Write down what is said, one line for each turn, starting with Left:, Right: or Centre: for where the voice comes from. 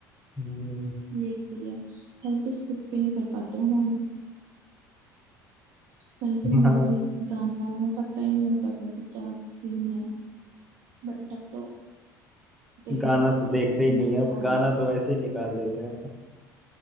Centre: हम्म,
Right: यही है पहले तो स्किप भी नहीं कर पाते हैं पहले तो मूवी
Centre: हाँ
Right: गाना वाना पता ही नहीं होता था कि क्या सीन है बट अब तो देखनी
Centre: गाना
Right: पड़ती
Centre: तो
Right: है
Centre: देखते
Right: मतलब
Centre: ही नहीं है
Right: कि
Centre: अब
Right: आगे
Centre: गाना
Right: करके
Centre: तो वैसे ही निकाल देते हैं